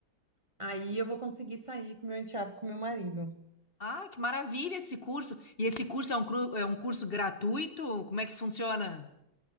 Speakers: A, on the right; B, on the left.
A: aí eu vou conseguir sair com meu enteado, com meu marido.
B: Ah, que maravilha esse curso. E esse curso é um, cru- é um curso gratuito? Como é que funciona?